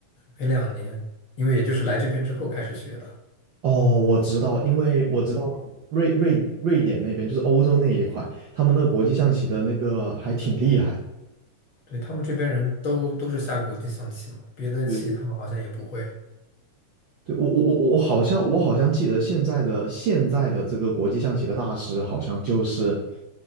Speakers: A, on the left; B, on the right.
A: 没两年，因为也就是来这边之后开始学的。
B: 哦，我知道，因为我知道瑞瑞瑞典那边就是欧洲那一块，他们那国际象棋的那个还挺厉害的。
A: 对，他们这边人都都是下国际象棋嘛，别的棋他们好像也不会。
B: 对对对，我我我我好像我好像记得现在的现在的这个国际象棋的大师好像就是